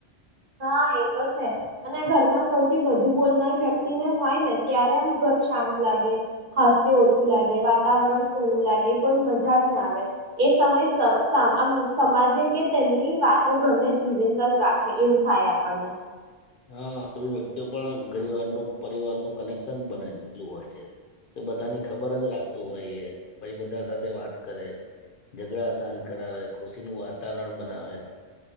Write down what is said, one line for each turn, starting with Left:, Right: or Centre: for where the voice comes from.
Right: હા એ તો છે અને ઘરમાં સૌથી વધુ બ બોલનાર વ્યક્તિને હોય ને ત્યારે આમ ઘર શાંત લાગે હાસ્ય ઓછું લાગે વાતાવરણ શુનું લાગે કોઈ મજા જ ના આવે એ સમયેમ સમાજે કે તેમની વાતો ઘરને જીવંત જ રાખે એવું થાય આપણને.
Left: હા આવી વ્યક્તિઓ પણ ઘરે પરિવારનું કનેક્શન બનેલું હોય છે એ બધાની ખબર જ રાખતું હોય એ પૂછે બધા સાથે વાત કરે ઝઘડા શાત કરાવે ખુશીનું વાતાવરણ બનાવે